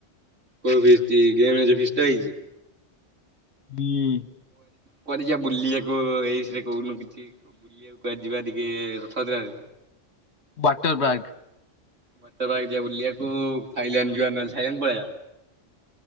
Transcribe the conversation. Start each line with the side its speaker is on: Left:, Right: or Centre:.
Right: କଉ ଫିସ୍ ଗେମ ଫିସ୍ ଟଇଛି।
Left: <unintelligible>
Right: କୁଆଡେ ଯିବା ବୁଲି ଯକୁ ଏଇରେ କହୁନୁ କିଛି ବୁଲିବାକୁ କୁଆଡେ ଯିବା ଟିକେ ରଥା ଯାତ୍ରା ରେ।
Left: ବାୱଟର ବ୍ୟାଗ।
Right: ମଟର ବାଗ ଯେ ବଲିଆକୁ ଫାଇଲେଣ୍ଡ ଯ ନ ଖାଇଲେ ପଳା।